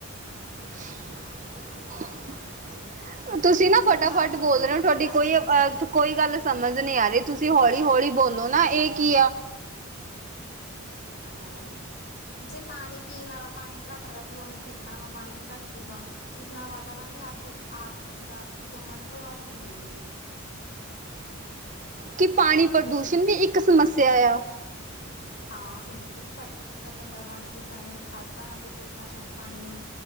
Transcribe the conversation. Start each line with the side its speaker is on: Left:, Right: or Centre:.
Right: <unintelligible> ਤੁਸੀਂ ਨਾ
Left: ਜਿਵੇਂ
Right: ਫਟਾਫਟ
Left: ਪਾ
Right: ਬੋਲਦੇ
Left: ਪੀ
Right: ਰਹੇ ਹੋ ਤੁਹਾਡੀ
Left: ਅੱਛਾ-ਅੱਛਾ
Right: ਕੋਈ ਅਹ ਕੋਈ ਗੱਲ ਸਮਝ ਨਹੀਂੀ ਆ ਰਹੀ ਤੁਸੀਂ ਹੌਲੀ ਹੌਲੀ ਬੋਲੋ ਨਾ ਇਹ ਕੀ ਆ
Left: ਚਿਆ ਟਮਾਹੀਂ ਜੇ ਪਾਣੀ ਪੀਣ ਵਾਲਾ ਪਾਣੀ ਘੱਟ ਰਿਹਾ ਫਿਰਰ ਉਵੇਂ ਖੇਤਾਂ ਵਾਲਾ ਪਾਣੀ ਵੀ ਘੱਟ ਜੂਗਾ ਇਸ ਨਾਲ ਵਾਤਾਵਰਨ ਤੇ ਆਥ ਆਰਥਿਕਤਾ ਦੋਵਾਂ ਪ੍ਰਭਾਵਿਤ ਹੋਣਗੇ
Right: ਕਿ ਪਾਣੀ ਪ੍ਰਦੂਸ਼ਣ ਦੀ ਇੱਕ ਸਮੱਸਿਆ ਆ
Left: ਹਾਂ ਬਿਲਕੁਲ ਫੈਕਟਰੀਆਂ ਦਾ ਗੰਦਾ ਪਾਣੀ ਰਸਾਇਣਿਕ ਖਾਦਾਂ ਅਤੇ ਕੀਟਨਾਸ਼ਕ ਪਾਣੀ ਨੂੰ